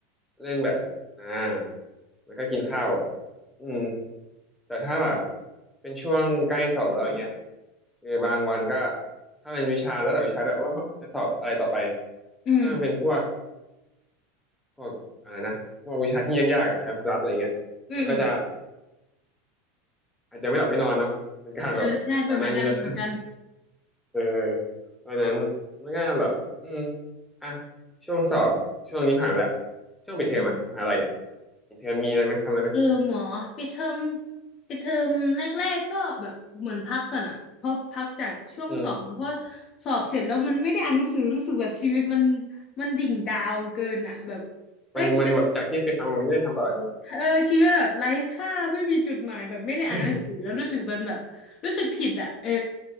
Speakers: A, in the centre; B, on the left.
A: เล่นแบดอ่าแล้วก็กินข้าว อืมแต่ถ้าแบบเป็นช่วงใกล้สอบแล้วอย่างเงี้ยเออบางวันก็ถ้าเป็นวิชาแล้วแต่วิชาด้วยว่าจะสอบอะไรต่อไป
B: อืม
A: ถ้ามันเป็นพวกพวกอะไรนะพวกวิชาที่ยากๆอะแคลคูลัสอะไรเงี้ยมันก็จะ
B: อืมอืม
A: อาจจะไม่หลับไม่นอนเนาะเป็นการแบบวันไหนมีละครั้ง
B: เออใช่เป็นเหมือนกันเป็นเหมือนกัน
A: เออเพราะฉะนั้นมันก็แบบอืมอ่ะช่วงสอบช่วงนี้ผ่านไปแล้วช่วงปิดเทอมอะมหาลัยเนี่ย
B: อืม
A: ปิดเทอมมีอะไรไหมทำอะไรไหม
B: เออหมอปิดเทอมปิดเทอมแรกๆก็แบบเหมือนพักก่อนอะเพราะพักจากช่วงสอบแล้วเพราะ
A: อืม
B: สอบเสร็จแล้วมันไม่ได้อ่านหนังสือรู้สึกแบบชีวิตมันมันดิ่งดาวเกินอะแบบเอ้ยทำไม
A: มันมันแบบจากที่เคยทำมันไม่ได้ทำต่อใช่ไหม
B: เออชีวิตแบบไร้ค่าไม่มีจุดหมายแบบไม่ได้อ่านหนังสือแล้วรู้สึกมันแบบรู้สึกผิดอะเออ
A: <laughs>